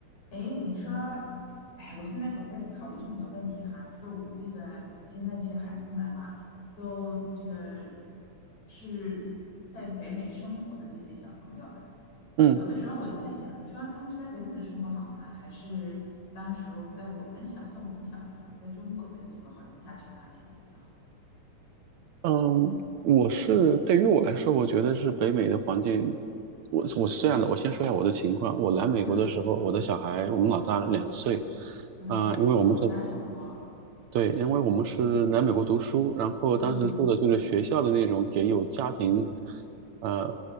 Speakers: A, on the left (about 65°); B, on the right (about 70°).
A: 哎，你说，哎，我现在总在考虑这么个问题哈。你说我们这个，我们现在这些孩子们哈，都这个是在北美生活的这些小朋友，
B: 嗯
A: 有的时候我就在想，你说他们是在北美的生活好呢，还是当时候在我们小，像我们小的时候，在中国的这个环境下成长起来比较好？
B: 嗯，我是对于我来说，我觉得是北美的环境。我我是这样的，我先说一下我的情况。我来美国的时候，
A: 嗯
B: 我的小孩我们老大两岁，
A: 嗯，
B: 啊、
A: 哎，
B: 因为我们是
A: 我和我们家差不多。
B: 对，因为我们是来美国读书，然后当时住的就是学校的那种给有家庭，
A: 嗯
B: 呃，